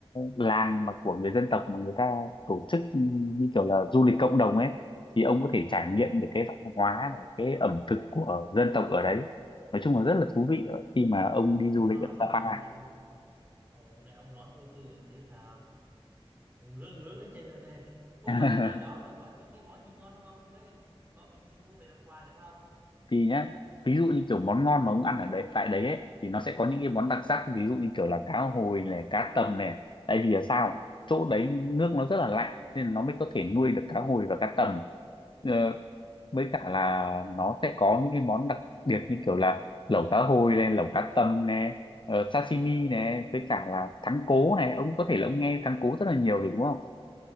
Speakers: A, on the left (about 50°); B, on the right (about 20°).
A: làng mà của người dân tộc mà người ta tổ chức ừ, như kiểu là du lịch cộng đồng ấy thì ông có thể trải nghiệm được cái văn hóa này cái ẩm thực của dân tộc ở đấy nói chung là rất là thú vị ở- khi mà ông đi
B: ông
A: du
B: nói
A: lịch ở Sapa
B: thôi ồ, nghe ông nói thôi tôi cũng thấy là ngứa ngứa cái chân rồi nè Ủa
A: <laughs>
B: ngoài ngoài đó rồi có những cái món gì ngon không ông với có cái gì mua về làm quà được không
A: thì nhá ví dụ như kiểu món ngon mà ông ăn ở đấy tại đấy ấy, thì nó sẽ có những cái món đặc sắc ví dụ như kiểu là cá hồi này cá tầm này tại vì là sao chỗ đấy nước nó rất là lạnh nên nó mới có thể nuôi được cá hồi và cá tầm Ờ,
B: Ờ.
A: với cả là nó sẽ có những cái món đặc biệt như kiểu là lẩu cá hồi này lẩu cá tầm này ờ, sashimi này với cả là thắng cố này ông có thể là ông nghe thắng cố rất là nhiều rồi đúng không